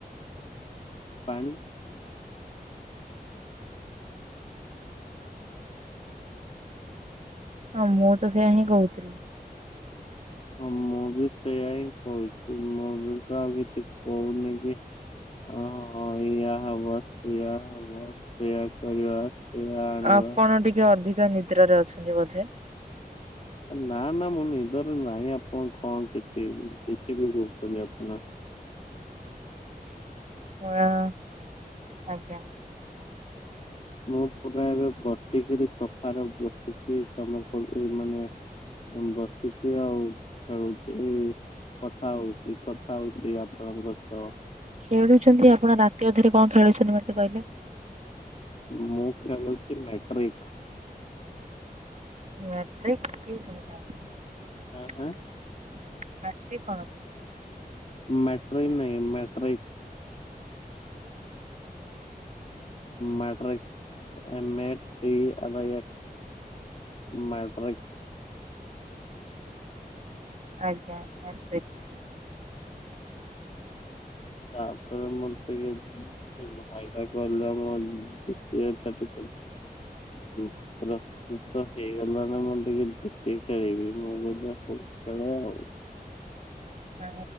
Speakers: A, on the left (about 40°); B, on the right (about 50°).
A: ପାଣି।
B: ହଁ ମୁଁ ତ ସେୟଆ ହିଁ କହୁଥିଲି।
A: ହଁ ମୁଁ ବି ସେଇୟା ହିଁ କହୁଛି ମୁଁ ବି ତ ଆଉ କିଛି କହୁନି କି। ଓହୋ ଇଆ ହବ ସେଇଆ ହବ ସେଇଆ କରିବା। ସେଇଆ ଆଣିବା
B: ଆପଣ ଟିକେ ଅଧିକା ନିଦ୍ରାରେ ଅଛନ୍ତି ବୋଧେ?
A: ନା ନା ମୁଁ ନିଦରେ ନାହିଁ ଆପଣ କଣ କିଛି କିଛି ବି କହୁଛନ୍ତି ଆପଣ?
B: ହଁ ଆଜ୍ଞା।
A: ମୁଁ ପୁରା ଏବେ ବସିକରି ସଫାରେ ବସିକି କାମ କଲ ମାନେ ବସିଛି ଆଉ ଖେଳୁଛି କଥା ହଉଛି କଥା ହଉଛି। ଆପଣଙ୍କ ସହ।
B: ଖେଳୁଛନ୍ତି ଆପଣ ରାତି ଅଧରେ କଣ ଖେଳୁଛନ୍ତି ମତେ କହିଲେ?
A: ମୁଁ ଖେଳୁଛି ମାଟ୍ରିକ୍
B: <unintelligible>
A: ହଁ ହଁ।
B: <unintelligible> ପଣ
A: ମେଟ୍ରୋ ନହିଁ metro matric M A T ଆ। ମେଟ୍ରକି।
B: ଆଜ୍ଞା ମେଟିକ।
A: ତାପରେ ମୁଁ ଟିକେ ଭାଇଦା କଲେ ମର ଯେଛ ଟକେ ଉଁ ପ୍ରସ୍ତୁତ ହେଇଗଲା ନା ମୁଁ ଟିକେ ଯେକି ଖେଳିବି ମୁଁ <unintelligible> ହଉ। ସେବେ ଆଉ।
B: ଆ